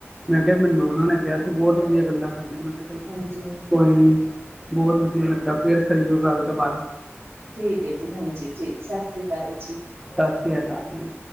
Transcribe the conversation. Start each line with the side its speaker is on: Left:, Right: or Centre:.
Centre: ਮੈਂ ਕਿਹਾ ਮੈਨੂੰ ਉਹਨਾਂ ਨੇ ਕਿਹਾ ਬਹੁਤ ਵਧੀਆ ਗੱਲਾਂ ਕਰਦੇ ''ਮੈਂ ਕਿਹਾ। ਚਲ
Right: ਹਾਂਜੀ।
Centre: ਕੋਈ ਨੀ, ਬਹੁਤ ਵਧੀਆ ਲੱਗਾ ਫੇਰ ਕਰੀਓ ਗੱਲ ਦੁਬਾਰਾ।
Right: ਠੀਕ ਏ ਜੀ, ਹਾਂਜੀ, ਠੀਕ, ਸਤਿ ਸ੍ਰੀ ਅਕਾਲ ਜੀ।
Centre: ਸਤਿ ਸ੍ਰੀ ਅਕਾਲ ਜੀ।